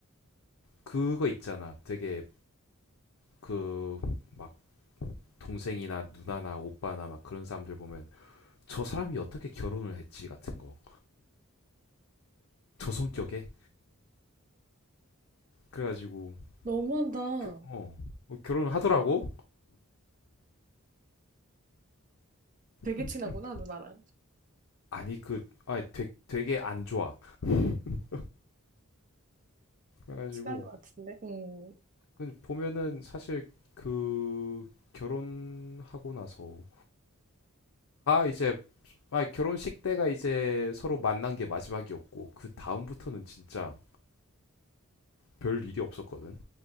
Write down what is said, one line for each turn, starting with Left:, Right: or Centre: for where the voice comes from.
Left: 그거 있잖아. 되게 그 막 동생이나 누나나 오빠나 막 그런 사람들 보면 저 사람이 어떻게 결혼을 했지 같은 거. 저 성격에. 그래가지고
Right: 너무한다.
Left: 겨- 어, 어, 결혼을 하더라고.
Right: 되게
Left: <laughs>
Right: 친하구나, 누나랑.
Left: 아니 그 아니 되, 되게 안 좋아. <laughs> 그래가지고
Right: 친한 것 같은데. 응,
Left: 근데 보면은 사실 그 결혼하고 나서가 이제 아 결혼식 때가 이제 서로 만난 게 마지막이었고 그 다음부터는 진짜 별 일이 없었거든.